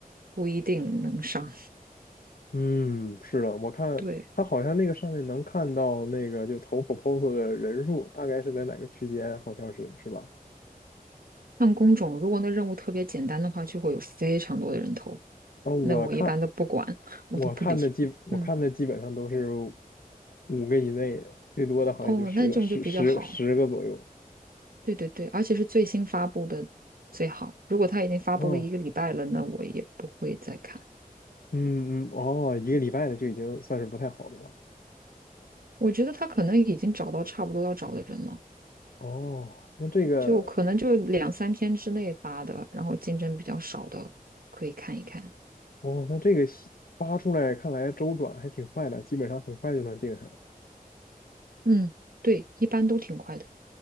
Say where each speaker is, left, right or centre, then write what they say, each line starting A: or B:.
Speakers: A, on the right; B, on the left.
A: 不一定能上。
B: 嗯，是的，我看他好像那个上面能看到那个就投
A: 对，
B: proposal 的人数大概是在哪个区间，好像是是吧？
A: 按工种，如果那任务特别简单的话，就会有非常多的人头，
B: 啊，我看
A: 那我一般都不管，<laughs> 我都不理。
B: 我看的基我看的基本上都是
A: 嗯，
B: 五个以内的最多的好像也就十个十十十个左右。
A: 哦，那这种就比较好。对对对，而且是最新发布的最好。如果他已经发布了一个礼拜了，
B: 哦，
A: 那我也不会再看。
B: 嗯嗯哦，一个礼拜的就已经算是不太好的了。
A: 我觉得他可能已经找到差不多要找的人了，
B: 哦，那这个
A: 就可能就两三天之内发的，然后竞争比较少的可以看一看。
B: 哦，那这个西发出来看来周转还挺快的，基本上很快就能定下来。
A: 嗯，对，一般都挺快的。